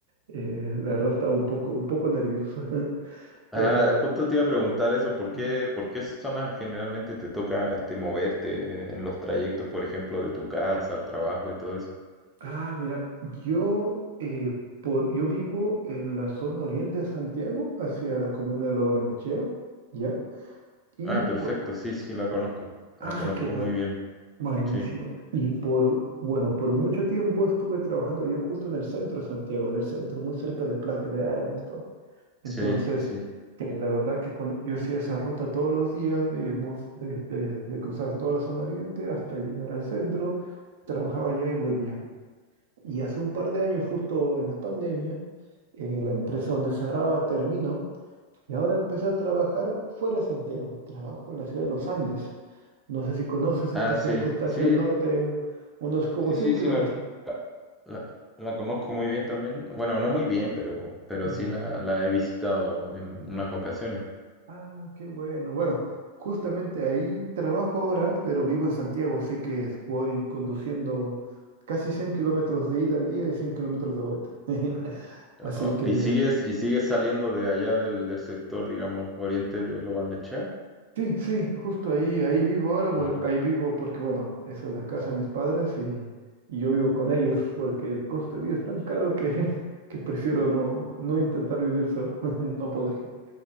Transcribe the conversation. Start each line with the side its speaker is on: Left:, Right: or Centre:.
Right: eh, la verdad estaba un poco, un poco nervioso, <laughs>
Centre: Ah,
Right: pero...
Centre: justo te iba a preguntar eso, ¿por qué,
Right: mm,
Centre: por qué zonas generalmente te toca este, moverte en los trayectos, por ejemplo, de tu casa al trabajo y todo eso?
Right: Ah, mira, yo, eh, por, yo vivo en la zona oriente de Santiago, hacia la comuna de Lo Barnechea, ¿ya? Y
Centre: Ah,
Right: por...
Centre: perfecto, sí, sí, la conozco,
Right: Ah,
Centre: la conozco
Right: qué bueno,
Centre: muy bien,
Right: buenísimo.
Centre: sí,
Right: Y por, bueno, por mucho tiempo estuve trabajando yo justo en el centro de Santiago, en el centro, muy cerca de Plaza de Armas, todo. Entonces,
Centre: sí, sí.
Right: eh, la verdad que con- yo hacía esa ruta todos los días de, mo de, de de cruzar toda la zona oriente hasta llegar al centro, trabajaba allá y volvía. Y hace un par de años, justo en la pandemia, eh, la empresa donde cerraba terminó y ahora empecé a trabajar fuera de Santiago. Trabajo en la ciudad de Los Andes. No sé si conoces
Centre: Ah,
Right: esta
Centre: sí,
Right: ciudad que está
Centre: sí,
Right: hacia el norte, unos como
Centre: sí,
Right: cien
Centre: sí,
Right: kilómetros.
Centre: sí, la, la, la conozco muy bien también. Bueno, no muy bien, pero, pero
Right: Ujú.
Centre: sí la, la he visitado en unas ocasiones.
Right: Ah, qué bueno. Bueno, justamente ahí trabajo ahora, pero vivo en Santiago, así que voy conduciendo casi 100 kilómetros de ida al día y 100 kilómetros de vuelta. <laughs> Así
Centre: Oh,
Right: que
Centre: ¿y sigues, y sigues saliendo de allá del, del sector, digamos, oriente de Lo Barnechea?
Right: Sí, sí, justo ahí, ahí vivo ahora, por-
Centre: Mm.
Right: ahí vivo porque, bueno, esa es la casa de mis padres y, y yo vivo con ellos porque el costo de vida es tan caro que, <laughs> que prefiero no, no intentar vivir solo, <laughs> no podría.